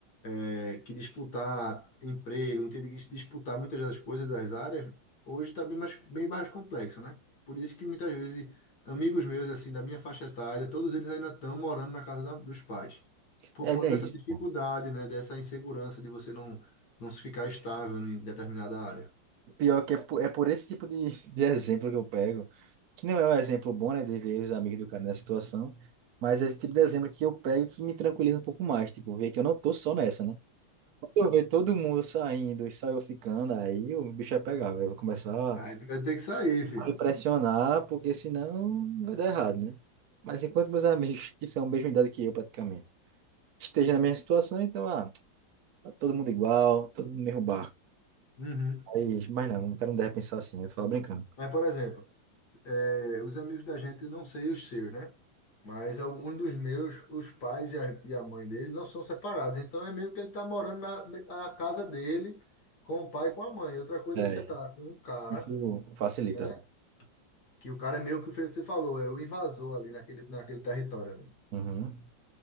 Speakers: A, on the left; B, on the right.
A: é, que disputar emprego, não tem que disputar muitas das coisas das áreas, hoje está bem mais, bem mais complexo, né? Por isso que muitas vezes amigos meus, assim, da minha faixa etária, todos eles ainda estão morando na casa da- dos pais, por
B: É,
A: conta
B: né,
A: dessa
B: isso.
A: dificuldade, né? Dessa insegurança de você não, não se ficar estável em determinada área.
B: Pior que é por, é por esse tipo de, de exemplo que eu pego, que não é um exemplo bom, né, de ver os amigos do cara nessa situação, mas é esse tipo de exemplo que eu pego que me tranquiliza um pouco mais, tipo, ver que eu não tô só nessa, né? Quando eu ver todo mundo saindo e só eu ficando, aí o bicho vai pegar, eu vou começar
A: Aí tu vai ter que sair, filho.
B: a me pressionar, porque senão vai dar errado, né? Mas enquanto meus amigos, que são a mesma idade que eu praticamente, estejam na mesma situação, então, ah, tá todo mundo igual, todo mundo no mesmo barco.
A: Uhum.
B: Aí, mas não, o cara não deve pensar assim, né? Eu tô falando brincando.
A: Mas, por exemplo, É, os amigos da gente, não sei os seus, né? Mas alguns dos meus, os pais e a, e a mãe dele não são separados. Então é meio que ele tá morando na, na casa dele com o pai e com a mãe. Outra coisa
B: É,
A: é você tá com um cara,
B: Isso facilita.
A: né? Que o cara é meio que o que você falou, é o invasor ali naquele, naquele território ali.
B: Uhum.